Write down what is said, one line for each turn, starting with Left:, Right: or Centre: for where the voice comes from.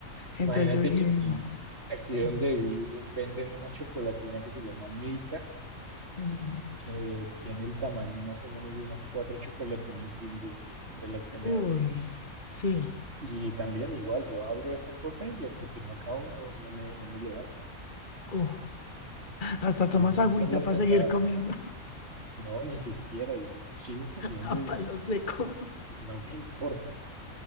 Right: Imagínate
Left: Entonces yo dije,
Right: que aquí,
Left: no,
Right: aquí
Left: sí.
Right: donde vivo, venden una chocolatina que se llama Milka,
Left: Mm,
Right: que tiene el tamaño más o menos de unas cuatro chocolatinas Jumbo de las que me
Left: Uy,
Right: hablas.
Left: sí.
Right: Y también igual, yo abro esa cosa y hasta que no acabo, no, no me, no me levanto.
Left: Uf, hasta tomas
Right: De una
Left: agüita
Right: sola sentada.
Left: para seguir comiendo
Right: No, ni siquiera, yo sigo comiendo
Left: <laughs> a
Right: y
Left: palo seco.
Right: no me <laughs> importa.